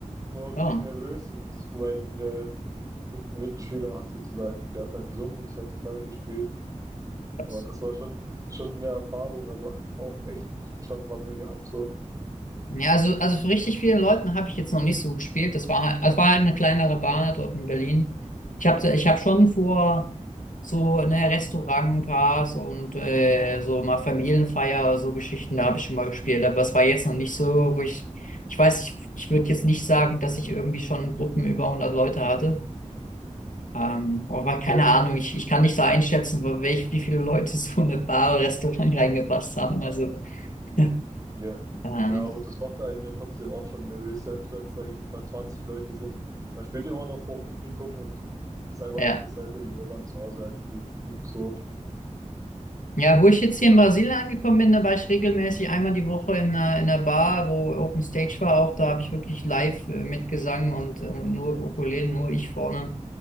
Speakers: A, on the right (about 25°); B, on the left (about 85°).
A: Ich war auch richtig
B: Oh,
A: nervös und mein äh, Mit Mitschüler hat sozusagen, der hat dann gesungen und ich habe Gitarre gespielt.
B: krass.
A: Boah, das war schon, schon eine Erfahrung, aber auch echt schon Bammel gehabt so.
B: Ja, also, also für richtig viele Leuten habe ich jetzt noch nicht so gespielt. Das war halt, das war halt eine kleinere Bar dort in Berlin. Ich habe ich hab schon vor so ne, Restaurantbars und äh, so mal Familienfeier oder so Geschichten, da habe ich schon mal gespielt. Aber es war jetzt noch nicht so, wo ich, ich weiß, ich, ich würde jetzt nicht sagen, dass ich irgendwie schon Gruppen über 100 Leute hatte. Ähm, aber
A: Okay,
B: keine Ahnung, ich, ich kann nicht so einschätzen, wo- welch, wie viele Leute so eine Bar oder Restaurant <laughs> reingepasst haben. Also, <laughs>
A: Ja.
B: ähm,
A: Ja, aber das macht einen ja trotzdem auch schon nervös, selbst wenn es, sage ich jetzt mal, 20 Leute sind. Man spielt immer noch vor Publikum und das ist einfach
B: ja.
A: nicht dasselbe, wie wenn man zu Hause halt spielt und übt so.
B: Ja, wo ich jetzt hier in
A: Das
B: Brasilien
A: ist,
B: angekommen bin, da war ich regelmäßig einmal die Woche in einer, in einer Bar, wo Open Stage war auch. Da habe ich wirklich live äh, mitgesungen und äh, nur Ukulele, nur ich vorne